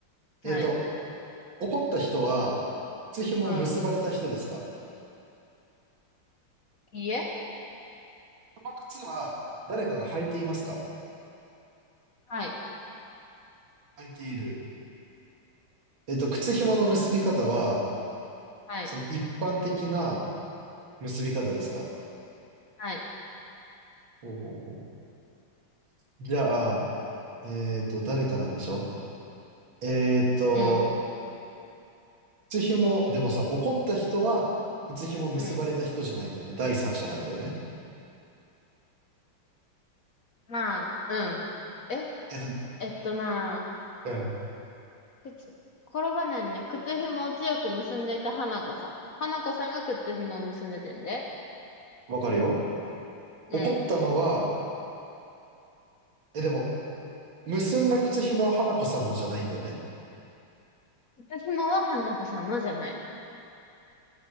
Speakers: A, on the right (about 65°); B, on the left (about 50°).
A: えっと、
B: はい。
A: 怒った人は、靴紐を結ばれた人ですか
B: うん。いいえ
A: その靴は、誰かが履いていますか
B: はい。
A: 履いている。えっと、靴紐の結び方は、
B: はい。
A: その一般的な結び方ですか
B: はい。
A: ほうほうほう。じゃあ、えっと、誰かなんでしょえっと、
B: うん。
A: 靴紐、でもさ、怒った人は、靴紐結ばれた人じゃないんだよね。
B: うん。
A: 第三者なんだよね。
B: まあ、うん。え、
A: え、だ、
B: えっとな、
A: うん。
B: 靴、転ばないね。靴紐を強く結んでいた花子さん。花子さんが靴紐を結んでてんで。
A: わかるよ。
B: うん。
A: 怒ったのは、え、でも、結んだ靴紐は花子さんのじゃないんだよね。
B: 靴紐は花子さんのじゃない。